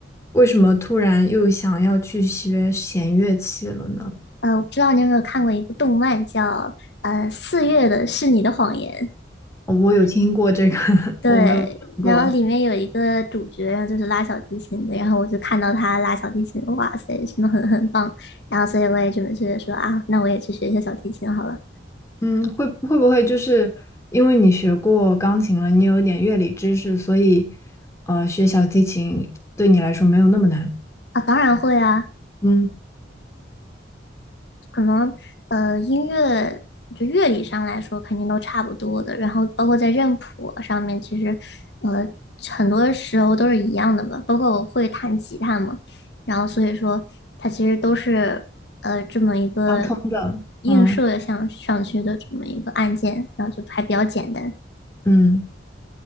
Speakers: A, on the left; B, on the left.
A: 为什么突然又想要去学弦乐器了呢？
B: 呃，我不知道你有没有看过一部动漫叫呃《四月的是你的谎言》，
A: 哦我有听过这个，<laughs>
B: 对，
A: 我没有听过。
B: 然后里面有一个主角，然后就是拉小提琴的，然后我就看到他拉小提琴，哇塞，真的很很棒，然后所以我也准备去说啊，那我也去学一下小提琴好了。
A: 嗯，会会不会就是因为你学过钢琴了，你有一点乐理知识，所以呃，学小提琴对你来说没有那么难？
B: 啊，当然会啊，
A: 嗯，
B: 能呃音乐就乐理上来说肯定都差不多的，然后包括在认谱上面，其实呃很多时候都是一样的吧。包括我会弹吉他嘛，然后所以说它其实都是呃这么一个
A: 相通的。
B: 映射向上去的这么一个按键，
A: 嗯
B: 然后就还比较简单。
A: 嗯，